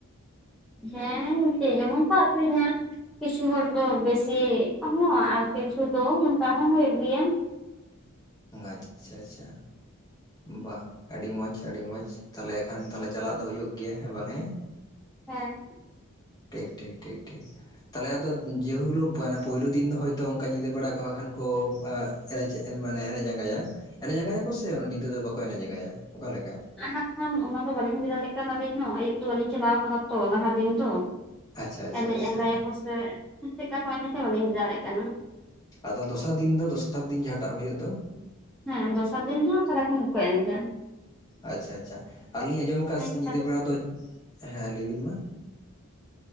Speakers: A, in the centre; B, on the left.
A: ᱦᱮᱸ ᱡᱮ ᱡᱮᱢᱚᱱ ᱠᱚ ᱟᱹᱠᱷᱨᱤᱧᱟ ᱠᱤᱪᱷᱩ ᱦᱚᱲ ᱫᱚ ᱵᱮᱥᱤ ᱠᱚᱦᱚᱸ ᱟᱨ ᱠᱤᱪᱷᱩ ᱫᱚ ᱚᱱᱠᱟ ᱦᱚᱸ ᱦᱩᱭᱩᱜ ᱜᱮᱭᱟ
B: ᱟᱪᱪᱷᱟ ᱟᱪᱪᱷᱟ ᱵᱟᱜ ᱟᱹᱰᱤ ᱢᱚᱸᱡᱽ ᱟᱹᱰᱤ ᱢᱚᱸᱡᱽ, ᱛᱟᱦᱚᱞᱮ ᱮᱠᱷᱟᱱ ᱛᱟᱦᱚᱞᱮ ᱪᱟᱞᱟᱜ ᱫᱚ ᱦᱩᱭᱩᱜ ᱜᱮᱭᱟ ᱦᱮᱸ ᱵᱟᱝ ᱦᱮᱸ᱾
A: ᱦᱮᱸ,
B: ᱴᱷᱤᱠ ᱴᱷᱤᱠ, ᱴᱷᱤᱠ ᱴᱷᱤᱠ ᱛᱟᱦᱚᱞᱮ ᱟᱫᱚ ᱡᱮ ᱦᱤᱞᱳᱜ ᱯᱳᱭᱞᱳ ᱫᱤᱱ ᱫᱚ ᱦᱚᱭᱛᱳ ᱚᱱᱠᱟ ᱧᱤᱫᱟᱹ ᱵᱟᱲᱟ ᱠᱚᱟᱜ ᱠᱷᱟᱱ ᱠᱚ <unintelligible> <unintelligible> ᱮᱱᱮᱡ ᱟᱸᱜᱟᱭᱟ ᱮᱱᱮᱡ ᱟᱸᱜᱟᱭᱟᱠᱚ ᱥᱮ ᱧᱤᱫᱟᱹ ᱫᱚ ᱵᱟᱠᱚ ᱮᱱᱮᱡ ᱟᱸᱜᱟᱭᱟ ᱚᱠᱟᱞᱮᱠᱟ᱾
A: ᱦᱟᱜ ᱠᱷᱟᱱ ᱚᱱᱟ ᱫᱚ ᱵᱟᱞᱤᱧ ᱤᱫᱤ ᱫᱟᱲᱮᱭᱟᱜ ᱠᱟᱱᱟᱞᱤᱧ ᱦᱚᱸ ᱟᱹᱭᱩᱵ ᱫᱚ ᱵᱟᱹᱞᱤᱧ ᱪᱟᱞᱟᱣ ᱠᱟᱱᱟ ᱛᱚ ᱞᱟᱦᱟ ᱫᱤᱱ ᱛᱚ᱾
B: ᱟᱪᱪᱷᱟ ᱟᱪᱪᱷᱟ
A: ᱮᱱᱮᱡ
B: ᱟᱪᱪᱷᱟ
A: ᱟᱸᱜᱟᱭᱟᱠᱚ ᱥᱮ ᱪᱮᱫᱠᱟ ᱠᱚ ᱮᱱᱮᱡᱟ ᱵᱟᱞᱤᱧ ᱞᱟᱹᱭ ᱫᱟᱲᱮᱜ ᱠᱟᱱᱟ
B: ᱟᱫᱚ ᱫᱚᱥᱟᱨ ᱫᱤᱱ ᱫᱚ ᱫᱚᱥᱟᱨ ᱫᱤᱱ ᱡᱟᱦᱟᱸᱴᱟᱜ ᱦᱩᱭᱩᱜ ᱫᱚ
A: ᱦᱮᱸ ᱫᱚᱥᱟᱨ ᱫᱤᱱ ᱫᱚ ᱥᱟᱨᱟ ᱠᱷᱚᱱ ᱠᱚ ᱮᱱᱮᱡᱟ᱾
B: ᱟᱪᱪᱷᱟ ᱟᱪᱪᱷᱟ ᱟᱨᱞᱤᱧ ᱟᱸᱡᱚᱢ ᱟᱠᱟᱫ
A: ᱟᱹᱭᱩᱵ
B: ᱥᱮ ᱧᱤᱫᱟᱹ
A: ᱫᱷᱟᱹᱵᱤᱡ
B: ᱵᱮᱲᱟ ᱫᱚ, ᱦᱮᱸ ᱞᱟᱹᱭᱵᱤᱱ ᱢᱟ